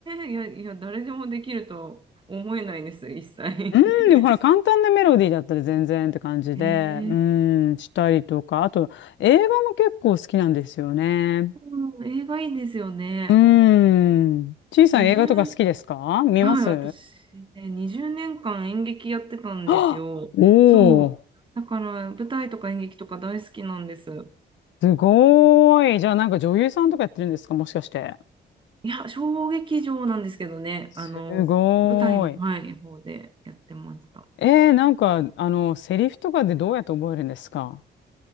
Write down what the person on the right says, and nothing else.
いやいや、誰でもできるとは思えないです、一切。
<laughs> えー
うん、映画いいですよね。
20はい、私ね、20年間演劇やってたんですよ。
そう。だから、舞台とか演劇とか大好きなんです。
いや、小劇場なんですけどね、
あの、舞台の、はい、方でやってました。